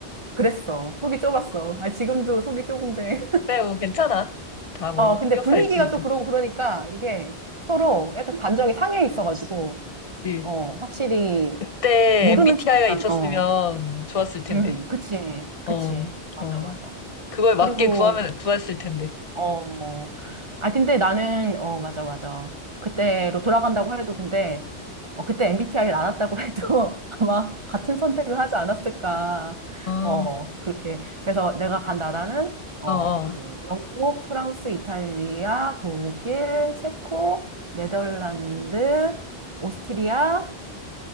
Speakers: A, on the right; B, on the left.
A: 그랬어. 속이 좁았어.
B: <laughs>
A: 아, 지금도 속이 좁은데.
B: 네, 뭐, 괜찮아.
A: <laughs>
B: 다 뭐,
A: 어,
B: 흑역사
A: 근데 분위기가
B: 있으니까.
A: 또 그러고 그러니까 이게 서로 약간 감정이 상해 있어가지고,
B: 응.
A: 어, 확실히
B: 그때
A: 모르는
B: MBTI가
A: 친구랑,
B: 있었으면
A: 어,
B: 좋았을 텐데.
A: 음, 그치, 그치.
B: 어,
A: 맞아,
B: 어.
A: 맞아.
B: 그걸
A: 그리고
B: 맞게 구하면, 구했을 텐데.
A: 어, 아, 근데 나는, 어, 맞아, 맞아. 그때로 돌아간다고 해도, 근데, 어, 그때 MBTI를 알았다고 해도 <laughs> 아마 같은 선택을 하지 않았을까.
B: 어,
A: 어, 그렇게. 그래서 내가 간 나라는, 어,
B: 어, 어.
A: 그, 영국, 프랑스, 이탈리아, 독일, 체코, 네덜란드, 오스트리아,